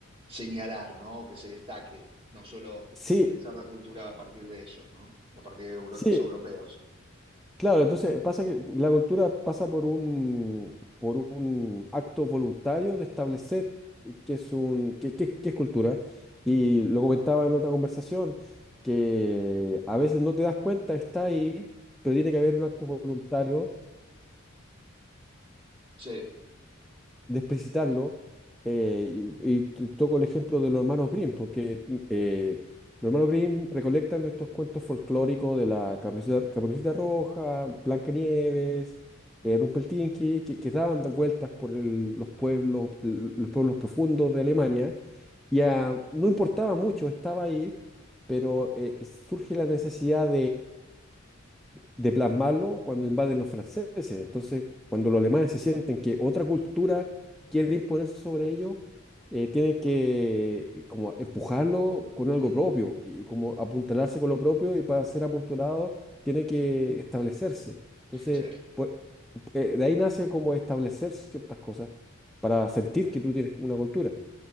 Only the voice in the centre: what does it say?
Sí,
sí,
Claro, entonces pasa que la cultura pasa por un, por un acto voluntario de establecer qué qué es un, qué, qué- qué es cultura. Y lo comentaba en otra conversación, que a veces no te das cuenta, está ahí, pero tiene que haber un acto voluntario
de explicitarlo, eh, y, y t- toco el ejemplo de los hermanos Grimm, porque eh, los hermanos Grimm recolectan estos cuentos folclóricos de la Caperucita, Caperucita Roja, Blancanieves, eh, Rumpelstiltskin, que, que daban vueltas por el- los pueblos, l- los pueblos profundos de Alemania, y ah, no importaba mucho, estaba ahí, pero eh, surge la necesidad de plasmarlo cuando invaden los franceses. Entonces, cuando los alemanes se sienten que otra cultura quiere imponerse sobre ellos, eh, tienen que eh, como empujarlo con algo
propio y como apuntalarse con lo propio y para ser apuntalados tiene que establecerse. Entonces,
pues, eh, de ahí nace como establecer ciertas cosas para sentir que tú tienes una cultura.